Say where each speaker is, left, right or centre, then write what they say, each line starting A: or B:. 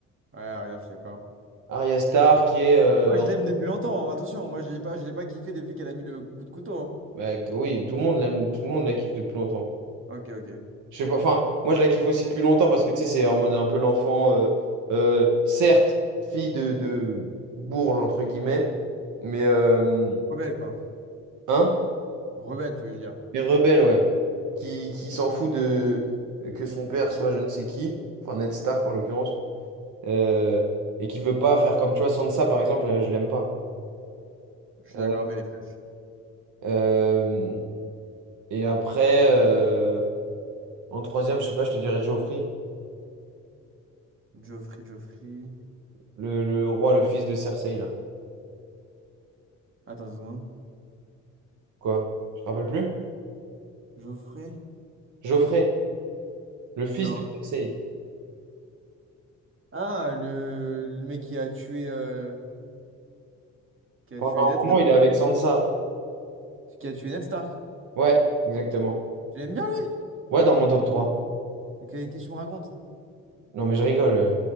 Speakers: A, on the right; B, on the right.
A: Ouais, regarde, je suis d'accord.
B: Arya Star qui est euh,
A: Moi, je l'aime depuis longtemps. hein. Attention, moi, je l'ai pas, je l'ai pas kiffé depuis qu'elle a mis le coup de couteau.
B: bah, oui tout le monde l'aime tout le monde la kiffe depuis longtemps
A: hein. Ok, ok.
B: je sais pas enfin moi je la kiffe aussi depuis longtemps parce que tu sais c'est en mode un peu l'enfant euh, euh, certes fille de, de bourge entre guillemets mais euh,
A: Rebelle, quoi.
B: hein
A: Rebelle, tu veux dire.
B: mais rebelle ouais qui, qui s'en fout de que son père soit je ne sais qui enfin Ned Stark en l'occurrence euh, et qui veut pas faire comme tu vois Sansa par exemple euh, je l'aime pas
A: Je suis
B: Euh,
A: d'accord, mais elle est fraîche.
B: euh, et après euh, En troisième, je sais pas, je te dirais Geoffrey,
A: Geoffrey, Geoffrey.
B: le, le roi, le fils de Cersei, là.
A: Attends une seconde.
B: Quoi? Tu te rappelles plus?
A: Geoffrey?
B: Geoffrey, le fils
A: Non.
B: de Cersei.
A: Ah, le, le mec qui a tué, euh, qui a
B: Pendant
A: tué Ned
B: un moment,
A: Stark.
B: il est avec Sansa.
A: Qui a tué Ned Stark.
B: Ouais, exactement.
A: Tu l'aimes bien, lui?
B: Ouais, dans mon top 3.
A: Ok, Qu'est-ce que tu me racontes?
B: Non, mais je rigole. euh.